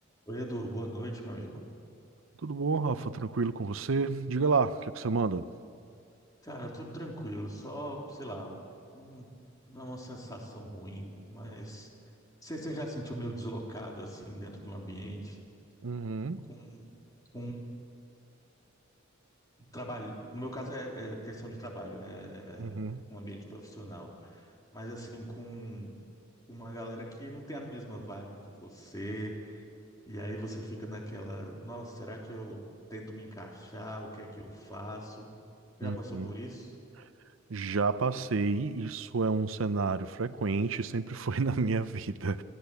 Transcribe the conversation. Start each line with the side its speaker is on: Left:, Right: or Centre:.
Left: Oi, Edu, boa noite, meu amigo.
Right: Tudo bom, Rafa? Tranquilo com você? Diga lá, o que é que você manda?
Left: Cara, tudo tranquilo, só, sei lá, um- não é uma sensação ruim, mas você, você já sentiu meio deslocado assim dentro de um ambiente
Right: Uhum,
Left: com, com trabalho? No meu caso é, é questão de trabalho, né?
Right: uhum,
Left: É é um ambiente profissional, mas assim, com com uma galera que não tem a mesma vibe que você, e aí você fica naquela, nossa, será que eu tento me encaixar? O que é que eu faço? Já
Right: uhum.
Left: passou por isso?
Right: Já passei, isso é um cenário frequente, sempre foi <laughs> na minha vida.